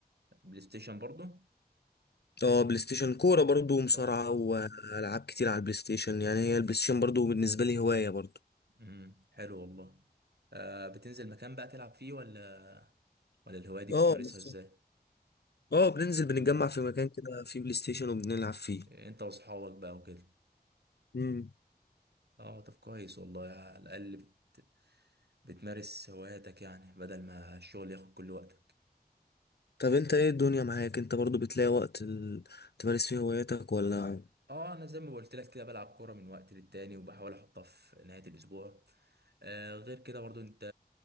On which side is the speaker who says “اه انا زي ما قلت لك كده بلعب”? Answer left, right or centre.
Right